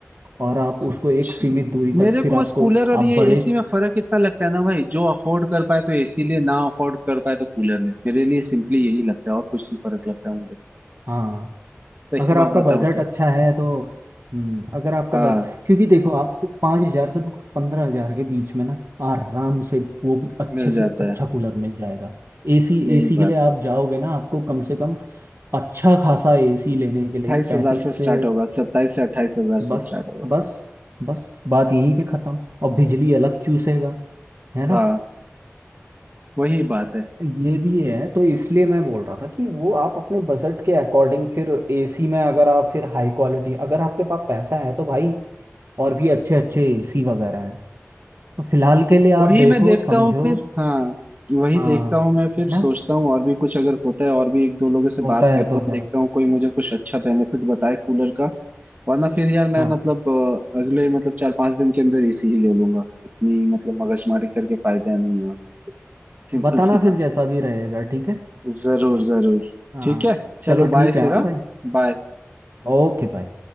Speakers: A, on the right; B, on the right.
A: और आप उसको
B: अच्छा।
A: एक सीमित दूरी तक
B: मेरे
A: फिर
B: को
A: आपको
B: बस कूलर और
A: आप
B: ये
A: बड़े
B: एसी में फर्क इतना लगता है ना भाई जो अफोर्ड कर पाए तो एसी ले ना अफोर्ड कर पाए तो कूलर ले मेरे लिए सिंपली यही लगता है और कुछ नहीं फर्क लगता है मुझे
A: हाँ
B: सही
A: अगर
B: बात
A: आपका
B: बताऊं
A: बजट
B: तो
A: अच्छा है तो हम्म अगर आपका
B: हाँ
A: बज क्योंकि देखो आपको पाँच हजार से पंद्रह हजार के बीच में ना आराम से वो भी अच्छे
B: मिल
A: से
B: जाता
A: अच्छा
B: है
A: कूलर मिल जाएगा एसी
B: यही
A: एसी
B: बात
A: के लिए आप
B: है
A: जाओगे ना आपको कम से कम अच्छा खासा एसी लेने के
B: अट्ठाईस
A: लिए पैंतीस
B: हजार से
A: से
B: स्टार्ट होगा सत्ताईस से अट्ठाईस हजार
A: बस
B: से स्टार्ट होगा
A: बस बस बात यहीं पे खत्म और बिजली अलग चूसेगा है ना
B: हाँ वही बात है
A: ये भी है तो इसलिए मैं बोल रहा था कि वो आप अपने बजट के अकॉर्डिंग फिर एसी में अगर आप फिर हाई क्वालिटी अगर आपके पास पैसा है तो भाई और भी अच्छे अच्छे एसी वगैरह हैं तो फिलहाल के लिए
B: वही
A: आप देखो
B: मैं देखता
A: समझो
B: हूँ फिर हाँ वही
A: हाँ
B: देखता हूँ मैं फिर
A: है ना
B: सोचता हूँ और भी कुछ अगर होता है और भी एक दो लोगों से
A: होता
B: बात
A: है
B: करता
A: तो
B: हूँ
A: फिर
B: देखता हूँ कोई मुझे कुछ अच्छा बेनिफिट बताए कूलर का वरना फिर यार मैं
A: हाँ
B: मतलब अ, अगले मतलब चार पांच दिन के अंदर एसी ही ले लूंगा इतनी मतलब मगजमारी करके फायदा नहीं है सिंपल
A: बताना
B: सी
A: फिर
B: बात
A: जैसा भी रहेगा ठीक है
B: है। जरूर
A: हाँ
B: जरूर
A: हाँ
B: ठीक है चलो
A: चलो ठीक
B: बाय
A: है
B: फिर
A: हाँ
B: हाँ
A: भाई
B: बाय
A: ओके भाई